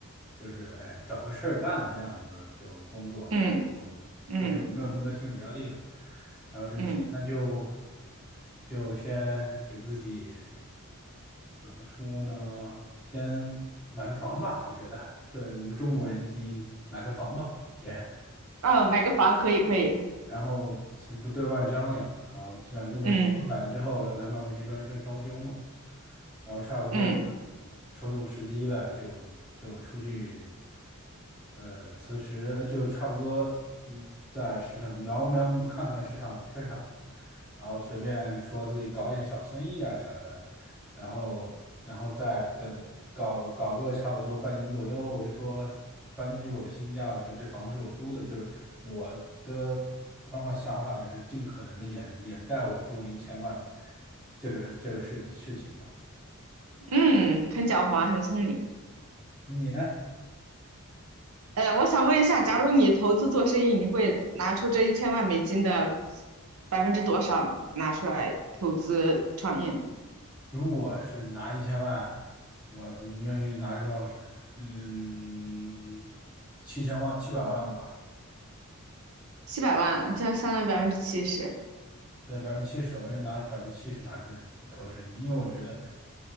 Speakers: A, in the centre; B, on the right.
A: 就是哎找个事儿干的那样子就工作，
B: 嗯嗯
A: 不就没有那么多心理压力了。然后这个钱呢，
B: 嗯，
A: 就就先给自己怎么说呢？先买个房吧，我觉得，对我们中国人基因，买个房吧，先。
B: 啊，买个房可以可以，
A: 然后先不对外张扬，然后让那边房子买了之后，
B: 嗯
A: 让他慢慢去装修装修嘛，然后差不多
B: 嗯
A: 瞅准时机了，就就出去，呃，辞职呃就差不多，嗯，在市场瞄瞄看看市场缺啥，然后随便说自己搞点小生意啊啥的，然后然后再等搞搞个差不多半年左右，我就说搬去我的新家，我说这房子是我租的，就是我的方法想法就是尽可能的掩掩盖我中了一千万这个这个事事情吧。
B: 嗯，很狡猾，很聪明。
A: 你呢？
B: 呃，我想问一下，假如你投资做生意，你会拿出这一千万美金的百分之多少拿出来投资创业呢？
A: 如果是拿一千万，我愿意拿出来，嗯，七千万七百万吧。
B: 七百万，这相当于百分之七十。
A: 对，百分之七十，我愿意拿百分之七十拿去投生意，因为我觉得，